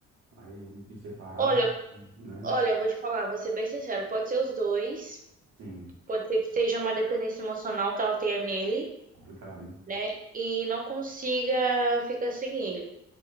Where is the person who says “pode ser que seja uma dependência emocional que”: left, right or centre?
Right